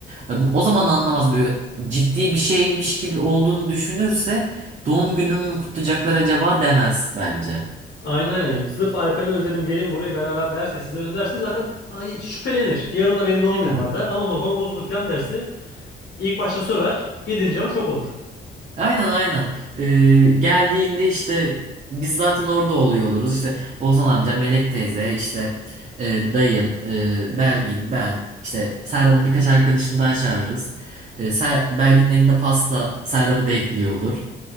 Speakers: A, on the right; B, on the left.
A: E, O zaman anlamaz böyle ciddi bir şeymiş gibi olduğunu düşünürse doğum günümü mü kutlayacaklar acaba demez bence.
B: Aynen aynen. Sırf Alperen'i özledim gelin buraya beraber derse sizi özledim derse zaten ay, şüphelenir. Yarın da benim doğum günüm
A: Evet.
B: var der ama motor bozuldu falan derse ilk başta söver. Gidince ama şok olur.
A: Aynen aynen. E, geldiğinde işte biz zaten orada oluyor oluruz. İşte Ozan amca, Melek teyze, işte e, dayın, e, Belgin, ben, işte Serhan'ın birkaç arkadaşını daha çağırırız. E, Ser- Belgin'in elinde pasta Serhan'ı bekliyor olur.